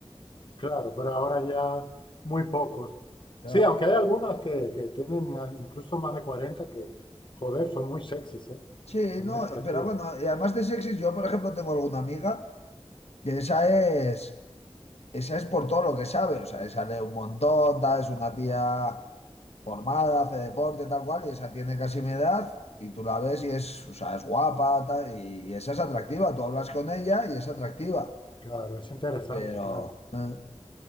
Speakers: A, on the left; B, on the left.
A: claro, pero ahora ya muy pocos.
B: Claro.
A: Sí, aunque hay algunas que, que tienen a- incluso más de 40, que, joder, son muy sexys, ¿eh?
B: Sí,
A: Son
B: no,
A: muy atractivos.
B: pero bueno, y además de sexy, yo por ejemplo tengo alguna amiga que esa es, esa es por todo lo que sabe, o sea, esa lee un montón, tal, es una tía formada, hace deporte, tal cual, y esa tiene casi mi edad, y tú la ves y es, o sea, es guapa, tal, y, y esa es atractiva, tú hablas con ella y es atractiva,
A: Claro, es interesante,
B: pero,
A: claro.
B: eh,